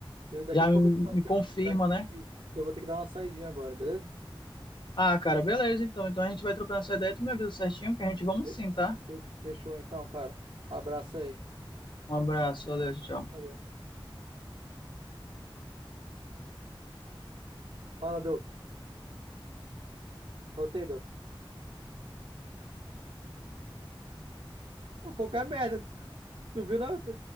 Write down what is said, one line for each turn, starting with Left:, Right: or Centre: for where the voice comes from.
Right: eu daqui
Left: Já
Right: a pouco
Left: me,
Right: eu te mando.
Left: me
Right: eu-
Left: confirma,
Right: Isso, já,
Left: né?
Right: isso. eu vou ter que dar uma saidinha agora, beleza?
Left: Ah, cara, beleza, então. Então a gente vai trocando essa ideia. Tu me avisa certinho que a gente vamos
Right: Fe-
Left: sim, tá?
Right: fe- Fechou então, cara. Abraço aí.
Left: Um abraço, valeu, tchau.
Right: Valeu. Fala, Dô. Voltei, Dô. Pô, Qualquer merda. Tu viu não?